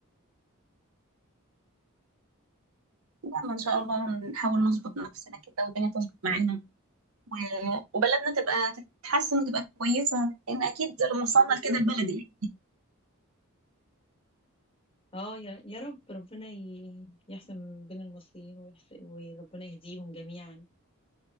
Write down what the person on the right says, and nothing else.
يلا ان شاء الله نحاول نظبط نفسنا كده والدنيا تظبط معانا و- وبلدنا تبقى تتحسن وتبقى كويسة لأن أكيد لما وصلنا لكده البلد اللي